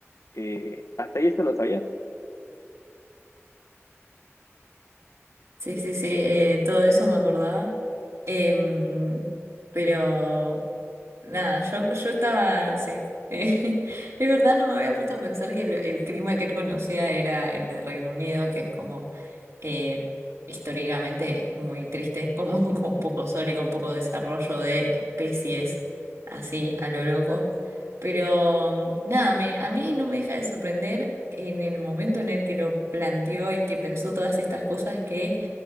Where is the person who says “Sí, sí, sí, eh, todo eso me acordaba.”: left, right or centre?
Right